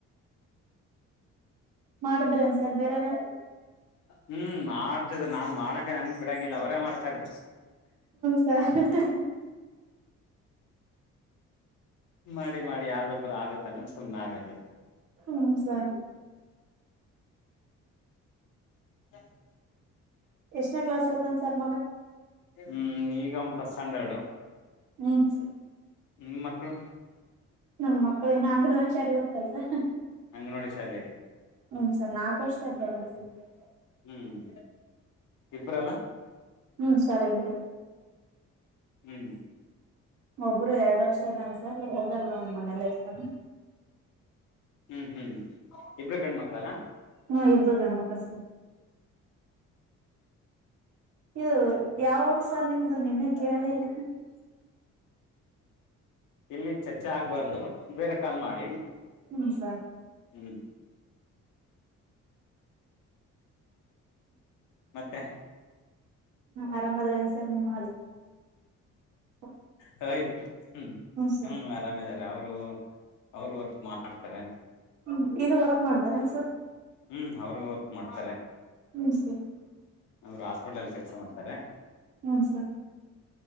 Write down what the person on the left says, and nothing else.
ಹ್ಮ್ ಮಾಡ್ತದೆ ನಾನ್ ಮಾಡಕ ನನ್ ಬಿಡಂಗಿಲ್ಲ ಅವರೇ ಮಾಡ್ತಾರೆ
ಮಾಡಿ ಮಾಡಿ ಯಾರದೊಬ್ಬರು ಆಗತ್ತಲ್ಲ ಸುಮ್ಮನಾಗದೆ
<inaudible>
ಹ್ಮ್ ಈಗ ಒಂದ್ ಫಸ್ಟ್ ಸ್ಟಾಂಡರ್ಡು
ನಿಮ್ಮ ಮಕ್ಕಳು
ಅಂಗನವಾಡಿ ಶಾಲೆ
ಹ್ಮ್ ಇಬ್ರಲ್ಲ್
ಹ್ಮ್
ಹ್ಮ್ ಹ್ಮ್ ಇಬರು ಗಂಡ ಮಕ್ಳಲ್ಲಾ
ಇಲ್ಲಿ ಚರ್ಚೆ ಆಗ್ಬಾರ್ದು ಬೇರೆ ಕಾಲ್ ಮಾಡಿ
ಹ್ಮ್ ಮತ್ತೆ
ಹಾಯ್ ಹ್ಮ ಹ್ಮ
ಅರಮ ಆರಾಮಿದ್ದಾರೆ ಅವರು ಅವರು ವರ್ಕ್ ಮಾಡ್ತರೆ
ಹ್ಮ್ ಅವರು ವರ್ಕ್ ಮಾಡ್ತರೆ
ಅವರು ಹಾಸ್ಪಿಟ್ಲಲ್ ಕೆಲ್ಸ ಮಾಡ್ತರೆ